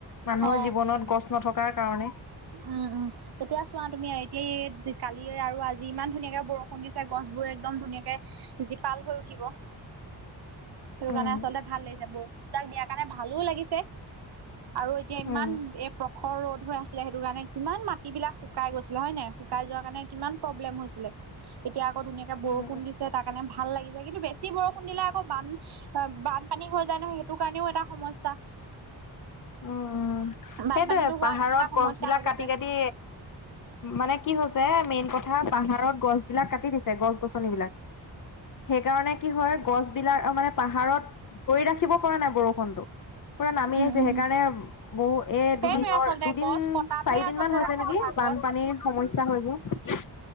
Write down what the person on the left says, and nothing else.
মানুহৰ
জীৱনত গছ নথকাৰ কাৰণে
উম
উম
উম
উম উম।
সেইটোৱে
পাহাৰত
গছ বিলাক
কাটি কাটি মানে কি হৈছে মেইন কথা পাহাৰত গছ বিলাক কাটি দিছে, গছ গছনিবিলাক- সেইকাৰণে কি হয় গছ বিলাক মানে পাহাৰত ধৰি ৰাখিব পৰা নাই বৰষুণটো। পুৰা নামি
আহিছে
সেইকাৰণে বহু এ
দুদিনৰ
দুদিন
চাৰিদিন
মান হৈছে
নেকি
বানপানীৰ
স <unintelligible> সেইবোৰ।